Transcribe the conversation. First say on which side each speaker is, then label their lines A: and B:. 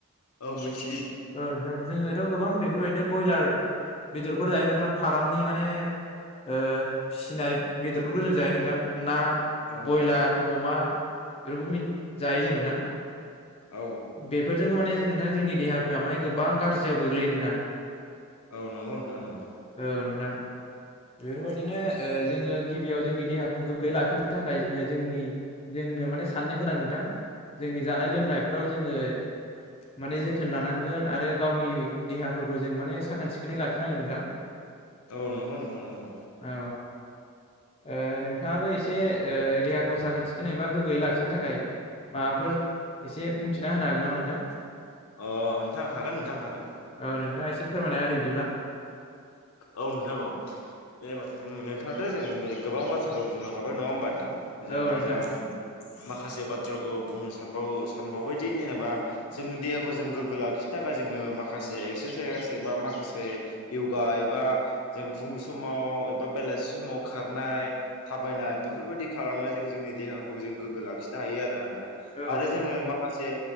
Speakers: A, on the left (about 75°); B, on the left (about 25°).
A: औव मिथि
B: औ नोंथां जोङोथ' गोबां बेफोरबायदिनो बयलार बेदरफोर जायो नोंथां फारामनि माने ओ फिसिनाय बेदरफोरखौ जों जायो नोंथां ना
A: औ औ
B: बयलार अमा बेफोरखौ मि जायो जोङो नोंथां।
A: औ
B: बेफोरजोंबो माने नोंथां जोंनि देहाफोरा माने गोबां गाज्रियाव गोग्लैयो नोंथां।
A: औ नोंगौ नोंथां नोंगौ।
B: औ नोंथां बेफोरबायदिनो ओ जोङो गिबियाव जोंनि देहाखौ गोग्गोयै लाखिनो थाखाय जोङो जोंनि जों जोंनो माने साननो गोनां नोंथां जोंनि जानाय लोंनायफोराव जोङो माने जोथोन लानांगोन आरो गावनि देहाफोरखौ जों माने साखोन सिखोनै लाखिनांगोन नोंथां।
A: औ नोंगौ नोंथां नोंगौ।
B: औ ओ नोंथाङाबो एसे ओ देहाखौ साखोन सिखोन एबा गोग्गोयै लाखिनो थाखाय माबाफोर एसे बुंथिना होनो हागोन नामा नोंथां।
A: अ नोंथां हागोन नोंथां हागोन।
B: औ नोंथाङा एसे फोरमायना होदो बिदिब्ला।
A: औव नोंथां औव देबा जों नोंथाङाथ' जों गोबां बाथ्राखौ बुंलांखाबाय नङा होमबा नोंथां। जेनबा
B: औ नोंथां
A: जां माखासे बाथ्राखौ बुंनो सानबावो सानबावबायदि जेनेबा जोंनि देहाखौ जों गोग्गो लाखिनो थाखाय जोङो माखासे एक्सासाइस एबा माखासे यगा ए बा जों फुं समाव एबा बेलासि समाव खारनाय थाबायनाय बेफोरबायदि खा लामनायजों जोंनि देहाखौ जों गोगो लाखिनो हायो आरोना नोंथां
B: औ नोंथां
A: आरो जोङो माखासे